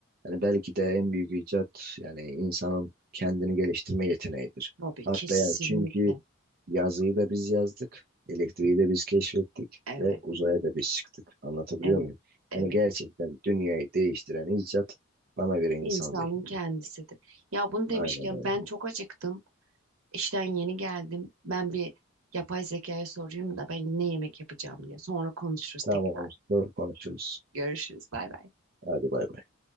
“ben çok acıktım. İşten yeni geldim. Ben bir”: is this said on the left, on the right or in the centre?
Right